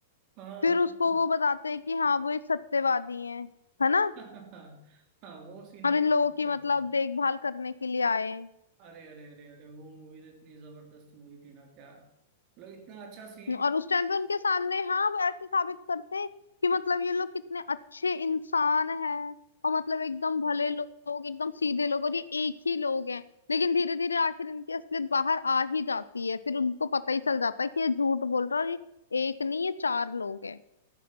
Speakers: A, on the right; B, on the left.
A: हाँ
B: फिर उसको
A: बिल्कुल
B: वो बताते हैं कि हाँ वो एक सत्यवादी हैं है ना
A: <laughs> हाँ वो सीन
B: और
A: कैसे
B: इन लोगों
A: भूल
B: की
A: सकते
B: मतलब
A: हैं।
B: देखभाल करने के लिए आए हैं
A: अरे अरे अरे अरे वो मूवी तो इतनी जबरदस्त मूवी थी ना क्या मतलब इतना अच्छा सीन
B: और उस टाइम पे उनके सामने हाँ वो ऐसे साबित करते हैं कि मतलब ये लोग कितने अच्छे इंसान हैं और मतलब एकदम भले लो- लोग एकदम सीधे लोग और ये एक ही लोग हैं लेकिन धीरे धीरे आखिर इनकी असलियत बाहर आ ही जाती है फिर उनको पता ही चल जाता है कि ये झूठ बोल रहा है और ये एक नहीं ये चार लोग हैं